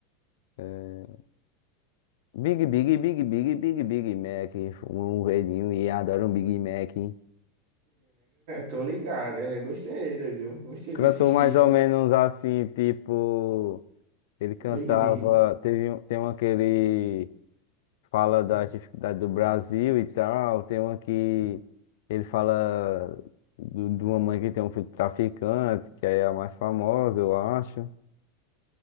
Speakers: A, on the left (about 70°); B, on the right (about 60°).
A: é, Big, Big, Big, Big, Big, Big Mac, um velhinho e adoro um Big Mac.
B: Tô ligado. é, gostei, doido. Gostei
A: Cantou
B: desse estilo
A: mais ou
B: de
A: menos assim, tipo... Ele cantava...
B: Big Big.
A: Teve, um- tem uma que ele fala das dificuldades do Brasil e tal, tem uma que ele fala do, de uma mãe que tem um filho traficante, que aí é a mais famosa, eu acho.